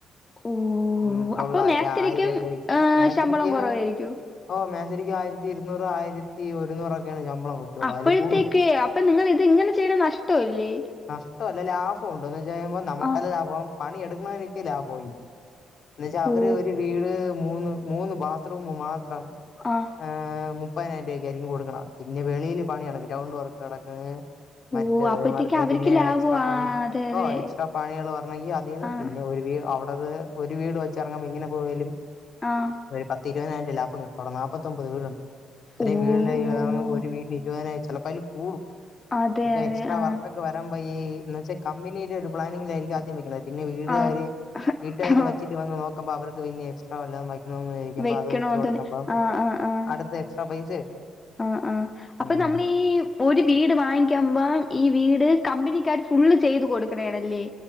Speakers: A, on the left; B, on the left.
A: ഓ
B: ഉം തൊള്ളായിരം
A: അപ്പൊ മേസ്തിരിക്കും
B: ആയിരത്തി
A: ഏഹ്
B: മേസ്തിരിക്ക്
A: ശമ്പളം കുറവായിരിക്കോ
B: ഓഹ് മേശരിക്ക് ആയിരത്തി ഇരുന്നൂറ് ആയിരത്തി ഒരുന്നൂറൊക്കെയാണ് ശമ്പളം കിട്ടുള്ളൂ
A: അപ്പോഴത്തേക്ക്
B: അതില് കൂടൂല
A: അപ്പൊ നിങ്ങ ഇത് ഇങ്ങനെ ചെയ്യണ നഷ്ടംല്ലേ?
B: നഷ്ടല്ല ലാഭമുണ്ട എന്ന് വെ കഴുമ്പോ നമുക്കല്ല
A: ആഹ്
B: ലാഭവും പണി എടുക്കണോ രിക്ക് ലാഭവമായിരിക്കും. എന്ന വച്ചാൽ അവര്
A: ഓ
B: ഒരു വീട് മൂന്ന് മൂന്ന് ബാത്റൂം മാത്രം
A: ആഹ്
B: ഏഹ് മുപ്പതിനായിരം രൂപക്കായിയിരിക്കും കൊടുക്കണെ പിന്നെ വെളിയിൽ പണി നട ഗ്രൗണ്ട് വർക്ക് നടക്കണേന് മറ്റേമാർക്ക്
A: ഓ അപ്പഴത്തേക്ക് അവർക്ക്
B: പിന്നെ
A: ലാഭം
B: എക്സ്ട്രാ
A: ആ
B: പണി
A: അതെ
B: ഓഹ്
A: അതെ
B: എക്സ്ട്രാ പണികൾ വെരണൊങ്കിൽ അതിൽന്ന്
A: ആഹ്
B: പിന്നെ ഒരു അവിടത് ഒരു വീട് വെച്ചിറങ്ങുമ്പോ എങ്ങനെ പോയാലും
A: ആഹ്.
B: ഒരു പത്തിഇരുപതിനായിരം രുഅ ലാഭം കിട്ടനോട നാപ്പത്തൊമ്പത് വീടുണ്ട് ഇത്രയും
A: ഓ
B: വീ ല്ലാ
A: ഓ
B: അ അവന് ഒരു വീടിന് ഇരുപതിനായി ചിലപ്പോ അയ്ല് കൂടും-
A: അതെ അതെ
B: എക്സ്ട്രാ
A: ആഹ്
B: വർക്ക് ഒക്ക വരമ്പ ഈ എന്ന് വച്ചാ കം മ്പിനീലൊരു പ്ലാനിങ്ങിലാരിക്കും ആദ്യം വെക്കണത് പിന്നെ വീടുകാര്
A: ആഹ്
B: വീട്ടുകാര്
A: ആഹ്
B: വച്ചിട്ട് വന്ന് നോക്കുമ്പോ അവർക്ക് പിന്നെ എക്സ്ട്ര വല്ലതും വെ ഇന്നൊന്നിരിക്കുമ്പം
A: വെക്കണോന്ന്
B: അത് വെച്ച് കൊടുക്കുമ്പം
A: തോന്നി ആഹ് ആഹ് ആഹ്
B: അടുത്ത് എക്സ്ട്രാ പൈസ കിട്ടും.
A: ആഹ് ആഹ് അപ്പൊ
B: ഉം
A: നമ്മള്ഈ ഒരു വീട് വാങ്ങിക്കമ്പം ഈ വീട് കമ്പനിക്കാര് ഫുള്ള് ചെയ്ത് കൊടുക്കണേആണല്ലേ?